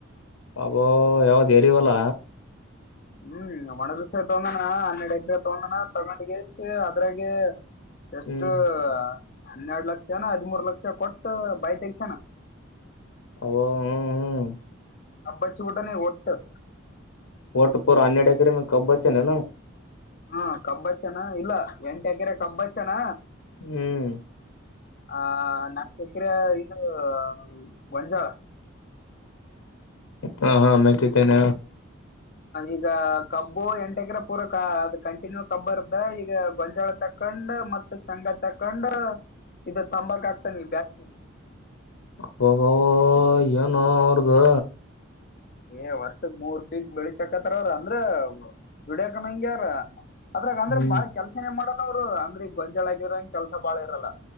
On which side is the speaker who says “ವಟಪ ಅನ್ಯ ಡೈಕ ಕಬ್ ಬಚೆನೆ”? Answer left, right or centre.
Left